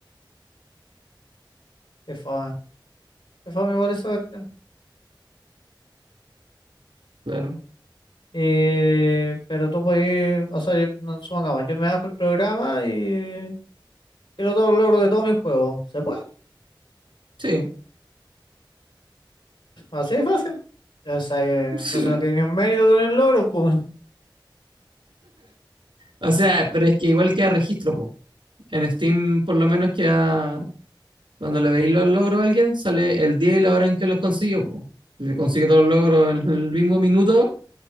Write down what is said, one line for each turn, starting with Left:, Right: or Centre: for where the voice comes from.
Left: qué fama. Qué fama igual esa cuestión.
Right: claro.
Left: Eh, pero tú puedes, o sea, yo, no, supongamos, yo me bajo el programa y quiero todos los logros de todos mis juegos. ¿Se puede?
Right: Sí. <laughs>
Left: Así de fácil. Ya sabes,
Right: Sí.
Left: entonces no tiene ni un mérito tener logros, pues. <laughs>
Right: O sea, pero es que igual queda registro, po. En Steam, por lo menos queda, cuando le veis los logros a alguien, sale el día y la hora en que los consiguió, po. Si consigue todos los logros en el mismo minuto,